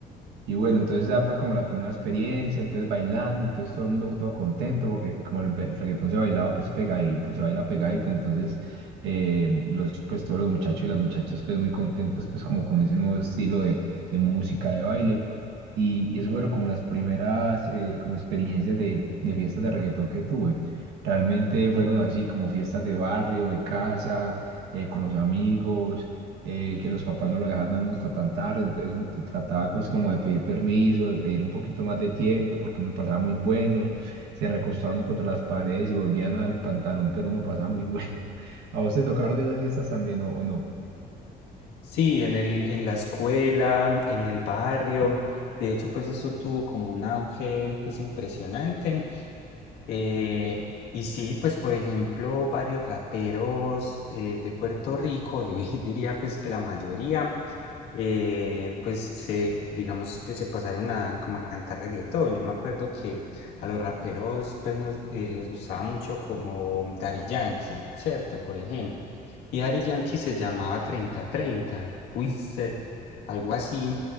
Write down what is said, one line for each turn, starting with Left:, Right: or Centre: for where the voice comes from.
Right: Y bueno, entonces esa fue como la primera experiencia, entonces bailando, entonces todo el mundo todo contento, porque como el, be- el reggaetón se bailaba pues pegadito, se baila pegadito, entonces eh, los, pues todos los muchachos y las muchachas pues muy contentos pues como con ese nuevo estilo de, de música, de baile, y, y eso fueron como las primeras eh, como experiencias de, de fiestas de reggaetón que tuve. Realmente fueron así como fiestas de barrio, de casa, eh, con los amigos eh, que los papás no lo dejaban a uno hasta tan tarde, entonces uno te trataba pues como de pedir permiso, de pedir un poquito más de tiempo, porque uno pasaba muy bueno, se recostaba uno contra las paredes y volvían al pantalón, pero uno pasaba muy bueno. <laughs> ¿A vos te tocaron de esas fiestas también o, o no?
Left: Sí, en el, en la escuela, en el barrio. De hecho, pues eso tuvo como un auge pues impresionante. Eh, y sí, pues por ejemplo, varios raperos eh, de Puerto Rico, yo <laughs> diría pues que la mayoría eh, pues se, digamos, que se pasaron a como a cantar reggaetón. Yo me acuerdo que a los raperos pues, nos- eh, les gustaba mucho como Daddy Yankee, ¿cierto? Por ejemplo. Y Daddy Yankee se llamaba treinta treinta Wizard, algo así.